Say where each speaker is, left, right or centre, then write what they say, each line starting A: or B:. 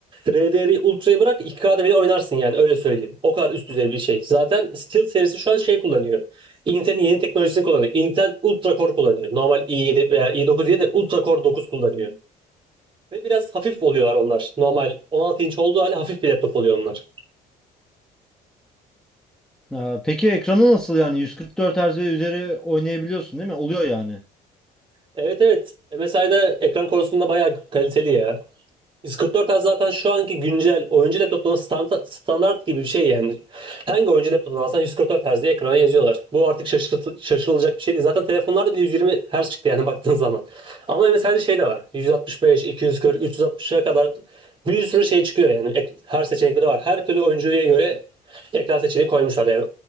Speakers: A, on the right (about 30°); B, in the centre.
A: RDR'yi Ultra'yı bırak iki kda bile oynarsın yani öyle söyleyeyim. O kadar üst düzey bir şey. Zaten Steel serisi şu an şey kullanıyor. Intel'in yeni teknolojisini kullanıyor. Intel Ultra Core kullanıyor. Normal i7 veya i9 diye de Ultra Core 9 kullanıyor. Ve biraz hafif oluyorlar onlar. Normal 16 inç olduğu halde hafif bir laptop oluyor onlar.
B: Ha, peki ekranı nasıl yani? 144 Hz ve üzeri oynayabiliyorsun değil mi? Oluyor yani.
A: Evet evet. MSI'da ekran konusunda bayağı kaliteli ya. Discord zaten şu anki güncel oyuncu laptoplarının standart, standart gibi bir şey yani. Hangi oyuncu laptopunu alsan 144 Hz diye ekrana yazıyorlar. Bu artık şaşırt- şaşırılacak bir şey değil. Zaten telefonlarda bile 120 Hz çıktı yani <laughs> baktığın zaman. Ama evet her şey de var. Yüz yüz altmış beş, iki yüz kırk, üç yüz altmışa kadar bir sürü şey çıkıyor yani. Ek- Her seçenekleri var. Her türlü oyuncuya göre ekran seçeneği koymuşlar yani.